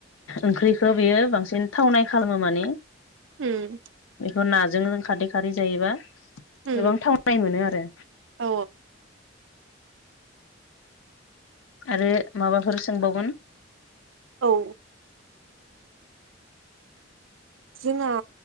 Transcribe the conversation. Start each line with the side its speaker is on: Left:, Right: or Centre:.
Left: ओंख्रिखो बेयो बां सिन थावनाय खालामो माने
Right: उम
Left: ओ नाजों खारदै खारै जायोबा
Right: उम
Left: गोबां थावनाय मोनो आरो
Right: औ
Left: आरो माबाफोर सोंबावगोन
Right: औ जोंहा